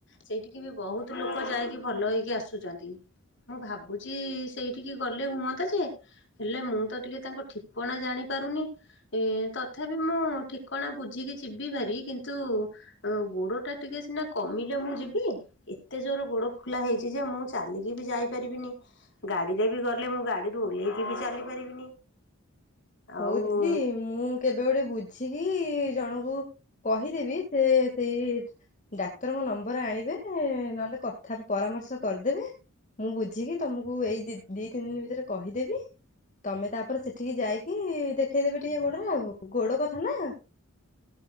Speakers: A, on the left; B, on the left.
A: ସେଇଠିକି ବି ବହୁତ ଲୋକ ଯାଇକି ଭଲ ହେଇକି ଆସୁଛନ୍ତି ମୁଁ ଭାବୁଛି ସେଇଠିକି ଗଲେ ହୁଅନ୍ତା ଯେ ହେଲେ ମୁଁ ତ ଟିକେ ତାଙ୍କ ଠିକଣା ଜାଣି ପାରୁନି ଏ ତଥାପି ମୁଁ ଠିକଣା ବୁଝିକି ଯିବି ପାରି କିନ୍ତୁ- ଗୋଡ ଟା ଟିକେ ସିନା କମିଲେ ମୁଁ ଯିବି ଏତେ ଜୋର ଗୋଡ ଫୁଲା ହେଇଛି ଯେ ମୁଁ ଚାଲିକି ବି ଯାଇପାରିବିନି ଗାଡିରେ ବି ଗଲେ ମୁଁ ଗାଡିରୁ ଓହ୍ଲେଇକି ବି ଚାଲି ପାରିବିନି
B: ହଉ
A: ଆଉ
B: ଦିଦି ମୁଁ କେବେ ଗୋଟେ ବୁଝିକି- ଜଣଙ୍କୁ କହିଦେବି ସେ ସେଇ ଡାକ୍ତରଙ୍କ ନମ୍ବର ଆଣିବେ ନହେଲେ କଥା ପରାମର୍ଶ କରିଦେବେ ମୁଁ ବୁଝିକି ତମକୁ ଏଇ ଦି ତିନି ଦିନ ଭିତରେ କହିଦେବି ତମେ ତାପରେ ସେଠିକି ଯାଇକି- କି ଦେଖେଇଦେବେ ଟିକେ ଗୋଡରେ ଆଉ ଗୋଡ କ- ହେଲୋ